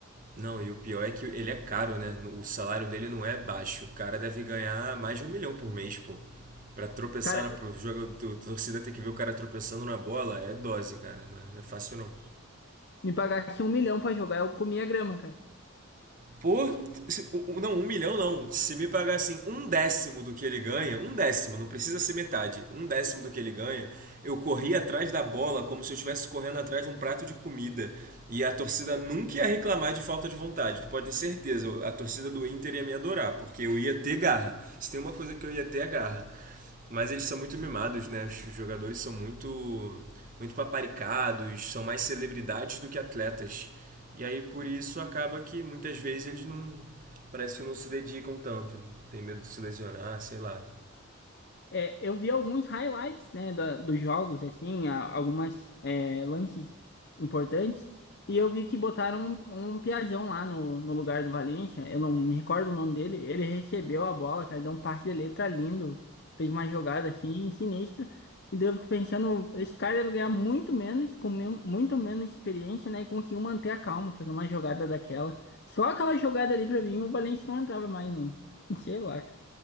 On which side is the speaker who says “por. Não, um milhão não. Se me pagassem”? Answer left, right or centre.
Right